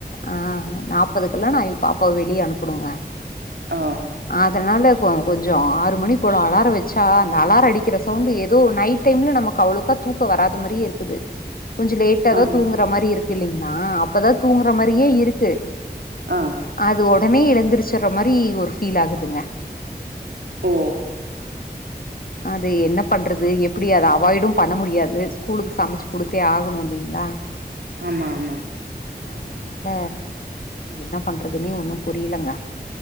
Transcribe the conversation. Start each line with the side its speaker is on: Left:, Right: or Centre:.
Left: ஆ நாப்பதுக்கெல்லா நா ஏ பாப்பாவ வெளியே அனுப்பனுக
Right: ஆ
Left: அதனால கொ கொஞ்சம் ஆறு மணி போல அலாரம் வச்சா அந்த அலாரம் அடிக்கிற சவுண்ட் ஏதோ நைட் டைம்ல நமக்கு அவ்ளேவுக்கா தூக்க வராத மாரி இருக்குது கொஞ்சம் லேட்ட தா
Right: ஆமா
Left: தூங்குற மாரி இருக்கு இல்லலைங்கா அப்பதா தூங்குற மாரியே இருக்கு
Right: ஆ
Left: அது உடனே எழுந்திரச்சடுற மாரி ஒரு ஃபீல் ஆகுதுங்க
Right: ஓ
Left: அது என்ன பண்றது எப்டி அத அவாய்டும் பண்ண முடியாது ஸ்கூலுக்கு சமைச்சு கொடுத்தே ஆகணும் இல்லங்களா
Right: ஆமா ஆமா
Left: ஆ அதனால என்ன பண்றதுன்னே ஒன்னு புரியலங்க